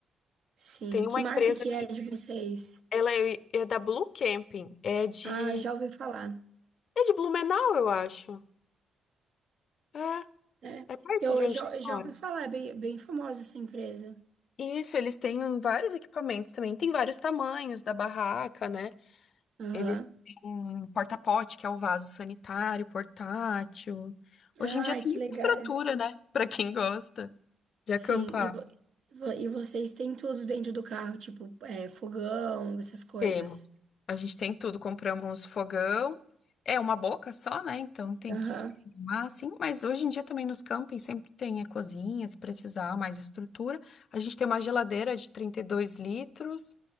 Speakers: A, on the right; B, on the left.
A: sim,
B: Tem
A: que
B: uma
A: marca
B: empresa
A: que
B: que
A: é de vocês?
B: ela é, é da Blue Camping, é de
A: Ah, já ouvi falar.
B: é de Blumenau, eu acho. É,
A: É.
B: é perto
A: Eu
B: de
A: eu
B: onde
A: já,
B: tu
A: eu já
B: mora.
A: ouvi falar, é bem, bem famosa essa empresa.
B: Isso, eles têm vários equipamentos também. Tem vários tamanhos da barraca, né?
A: Aham.
B: Eles têm um porta-pote, que é o vaso sanitário, portátil. Hoje
A: Ai,
B: em dia tem
A: que
B: muita
A: legal.
B: estrutura, né? <laughs> Pra quem gosta de
A: Sim,
B: acampar.
A: e, vo- vo- e vocês têm tudo dentro do carro, tipo, é, fogão, essas coisas.
B: Temos. A gente tem tudo. Compramos fogão. É uma boca só, né? Então tem
A: Aham.
B: que se programar, assim. Mas hoje em dia também nos campings sempre tem a cozinha, se precisar, mais estrutura. A gente tem uma geladeira de 32 litros.